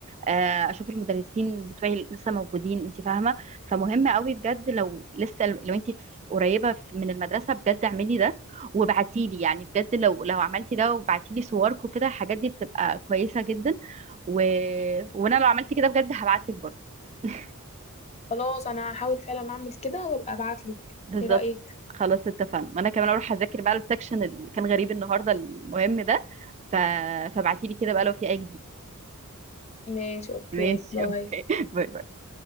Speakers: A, on the right; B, on the left.
A: آه، اشوف المدرسين بتوعي اللي لسه موجودين انت فاهمه فمهم قوي بجد لو لسه لو انت قريبه في- من المدرسه بجد اعملي ده وابعتي لي يعني بجد لو لو عملتي ده وبعتي لي صورك وكده الحاجات دي بتبقى كويسه جدا و... وانا لو عملت كده بجد هبعت لك برضه <laughs>
B: خلاص أنا هحاول فعلا أعمل كده وأبقى أبعتلك
A: بالظبط
B: إيه رأيك؟
A: خلاص اتفقنا وانا كمان اروح اذاكر بقى السكشن اللي كان غريب النهارده المهم ده ف... فابعتي لي كده بقى لو في اي جديد
B: ماشي أوكي
A: ماشي
B: باي
A: اوكي <laughs> باي باي